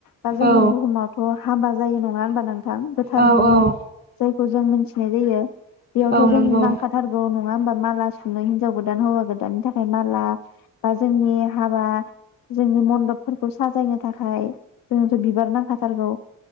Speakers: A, on the left (about 80°); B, on the right (about 30°).
A: बा जोंनि
B: औ
A: बुहुमाथ' हाबा जायो नङा होनबा नों थां गोथार
B: औ
A: जुलि
B: औ
A: जायखौ जों मोन थिनाय जायो। बेयावथ'
B: औ
A: जों
B: नंगौ
A: नांखाथारगौनो नङा होमबा माला सुनो हिन्जाव गोदान हौवा गोदाननि थाखाय माला बा जोंनि हाबा जोंनि मन्दपफोरखौ साजायनो थाखाय जोंथ' बिबार नांखाथारगौ